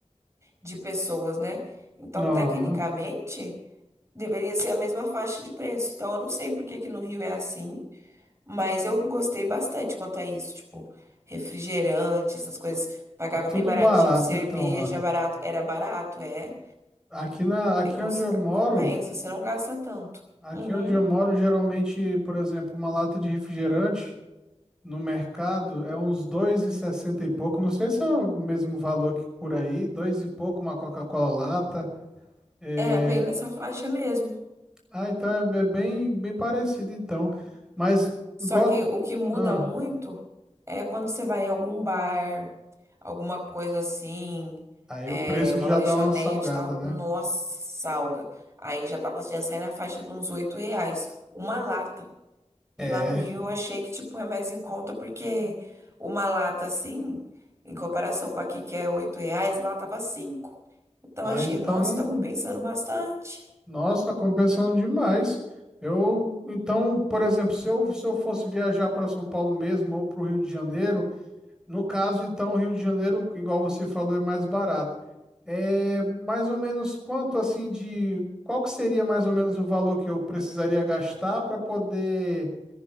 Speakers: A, on the right; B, in the centre.
A: de pessoas, né? Então,
B: Aham.
A: tecnicamente, deveria ser a mesma faixa de preço. Então, eu não sei por que que no Rio é assim. Mas eu gostei bastante quanto a isso. Tipo, refrigerante, essas coisas. Pagava
B: É tudo
A: bem baratinho.
B: barato
A: Cerveja,
B: então lá.
A: barato. Era barato, é.
B: Aqui na, aqui
A: É, cons-
B: onde eu moro,
A: compensa, você não gasta tanto.
B: aqui
A: Uhum.
B: onde eu moro, geralmente, por exemplo, uma lata de refrigerante No mercado é uns dois e sessenta e pouco, não sei se é o mesmo valor que por aí, dois e pouco uma Coca-Cola lata. É...
A: É, bem nessa faixa mesmo.
B: Ah, então é be- bem, bem parecido então, mas
A: Só
B: igual...
A: que o que muda
B: Ah,
A: muito é quando você vai em algum bar, alguma coisa assim,
B: aí
A: é,
B: o preço
A: uma
B: já
A: lanchonete
B: dá uma salgada,
A: e tal.
B: né?
A: Nossa, salga. Aí já tava, já sai na faixa de uns 8 reais. Uma lata. E
B: É.
A: lá no Rio eu achei que, tipo, é mais em conta porque uma lata assim, em comparação com aqui que é 8 reais, lá tava 5. Então
B: Ah,
A: eu achei,
B: então,
A: nossa, tá compensando bastante.
B: nossa, compensando demais. Eu, então, por exemplo, se eu, se eu fosse viajar para São Paulo mesmo ou para o Rio de Janeiro, No caso, então, o Rio de Janeiro, igual você falou, é mais barato. É mais ou menos quanto assim de qual que seria mais ou menos o valor que eu precisaria gastar para poder